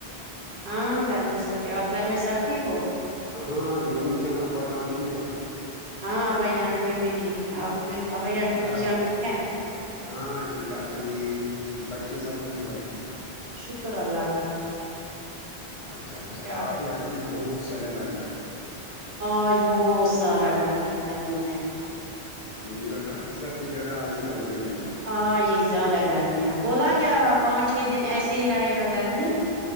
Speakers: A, on the right (about 80°); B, on the left (about 45°).
A: ہاں گھر میں سب اور گھر میں سب ٹھیک ہو
B: ہاں ٹھیکمی جان آبا جان ٹھیک ہے
A: ہاں آبھائی جان امی بھی ٹھیک ہے آ ابائی جان
B: سب
A: امییر جان ٹھیک ہے
B: ہاں ٹھیک اھ یہی بچے سب ٹھیک ہے
A: شکر اللہ کا
B: اچھا اچھا
A: کیا
B: آب اج بھی بہت زیادہ گرمی ہے
A: آج بہت سارا گرمی تھا دن میں
B: مجھے لگا کہ سب سے زیادہ آج ہی گرما کا دن تھا
A: ہاں جی زیادہ گرمی ہے بولا کیا پانچ چھ دن ایسے ہی رہے گا گرمی